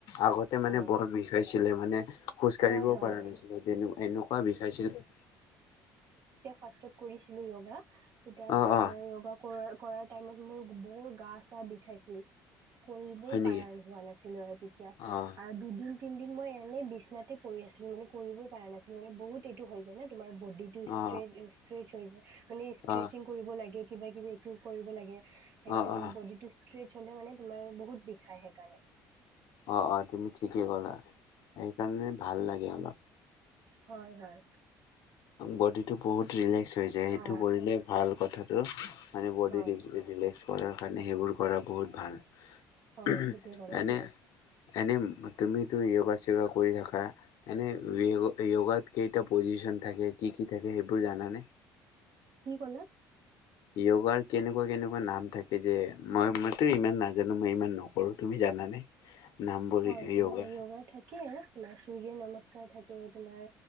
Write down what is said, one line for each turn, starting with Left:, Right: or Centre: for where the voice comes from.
Left: আগতে <unintelligible> মানে
Right: অ
Left: বৰ বিষাইছিলে মানে খোজ
Right: হয়
Left: কাঢ়িবও
Right: হয়
Left: পৰা নাছিলে এনেকুৱা বিষাইছিলে
Right: ফাৰ্ষত কৰিছিলো য়োগা <unintelligible> তেতিয়া
Left: অ
Right: তোমাৰ
Left: অ
Right: য়োগা কৰ কৰা টাইমত মোৰ বৰ গা চা বি খাইছিল কৰিবই
Left: হয় নেকি
Right: পাৰণ হোৱা নাছিলো আৰু তেতিয়া
Left: অ
Right: আৰু দু তিদিন মই এনে বিছনাতে প পৰি আছিলো মানে কৰিব পৰা নাছিল মানে বহুত এইটো হৈ যায় না তোমাৰ বডি টোষ্ট্ৰষ্ট্ৰে
Left: অ
Right: কি হৈ যায় মানে ষ্ট্ৰেচিং
Left: অ
Right: কৰিব লাগে কিবা কিবি এইটোও কৰিব লাগে সেইকাৰণে
Left: অ অ
Right: বডি টো হলে মানে তোমাৰ বহুত বিষ সেইকাৰণে
Left: অ অ তুমি ঠিকে ক'লা সেইকাৰণে ভাল লাগে অলপ
Right: হয় হয়
Left: বডিটো বহুত ৰিলেক্স হৈ যায় সেইটো
Right: অ
Left: কৰিলে ভাল কথাটো মানে বডি
Right: হয়
Left: দি <unintelligible> পাছ কৰাৰ কাৰণে সেইবোৰ কৰা বহুত ভাল
Right: হয় ঠিকেই ক'লা
Left: এনে
Right: তুমি
Left: এনে তুমি তুমি য়গা চয়গা কৰি থাকা এনে য়োগাত কেইটা পজিশন থাকে কি কি থাকে সেইবোৰ জান নে
Right: কি কলা
Left: য়োগাৰ কেনেকুৱা কেনেকুৱা নাম থাকে যে মই মইতো ইমান নাজানো মই ইমান নকৰো তুমি জানানে নামবোৰ
Right: হয় তোমাৰ
Left: য়োগাৰ
Right: য়োগা থাকে তোমাৰ সূৰ্য নমস্কাৰ থাকে তোমাৰ